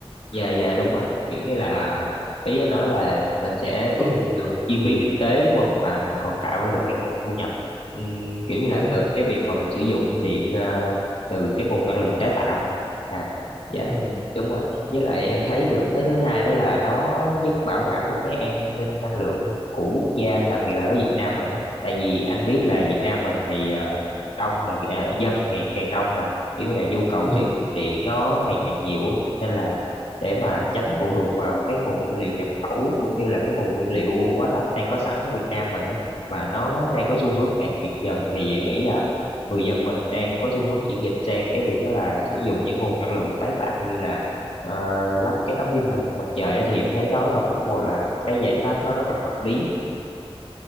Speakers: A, on the left; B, on the right.
A: dạ dạ đúng rồi kiểu như là ý anh nói là mình sẽ
B: có
A: tiết
B: nguồn
A: kiệm
B: thu nhập
A: được chi
B: ừ,
A: phí kinh tế đúng không mà mình còn tạo ra
B: ừ
A: được cái nguồn thu nhập Ừm, kiểu như
B: đúng
A: là
B: rồi
A: từ cái việc mà mình sử dụng điện ờ, từ cái nguồn năng lượng tái tạo à dạ
B: ừ,
A: đúng rồi với lại em thấy được cái thứ hai đó là nó giúp bảo đảm được cái an ninh năng lượng của quốc gia đặc biệt là ở Việt Nam mình đó tại vì anh biết là Việt Nam mình thì ờ, đông ngày à, dân ngày càng đông mà kiểu như là nhu cầu
B: ừ.
A: sử dụng điện nó ngày càng nhiều á nên là để mà tránh phụ thuộc vào cái nguồn nguyên liệu nhập khẩu cũng như là cái nguồn nguyên liệu hóa thạch đang có sẵn ở Việt Nam mình á mà nó đang có xu hướng cạn kiệt dần thì em nghĩ là người dân mình đang có xu hướng chuyển dịch sang cái việc đó là sử dụng những nguồn năng lượng tái tạo như là ờ, lắp cái tấm pin năng lượng mặt trời á, thì em thấy đó là cũng một là cái giải pháp nó rất là hợp lý